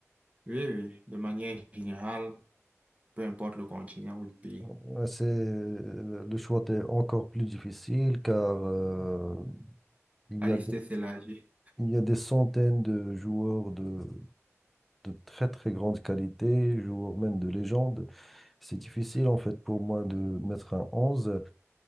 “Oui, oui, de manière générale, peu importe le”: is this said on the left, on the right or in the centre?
Right